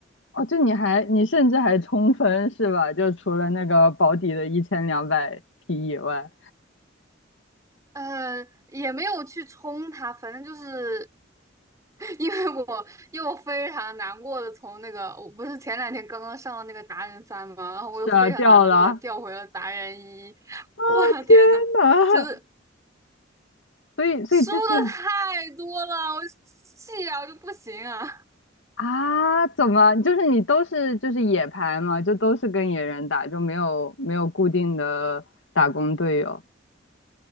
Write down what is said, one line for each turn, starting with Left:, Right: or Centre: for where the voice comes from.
Left: 哦，就你还你甚至还冲分是吧？就除了那个保底的一千两百匹以外，
Right: 呃，也没有去冲它，反正就是 <laughs> 因为我又非常难过的从那个我不是前两天刚刚上了那个达人三嘛，然后我又非常难过的调回了达人一，
Left: 是啊，掉了。啊，
Right: 我的天呐，
Left: 天呐！
Right: 就是
Left: 所以所以之前
Right: 输的太多了，我气啊，我就不行啊。
Left: 啊，怎么就是你都是就是野排嘛，就都是跟野人打，就没有没有固定的打工队友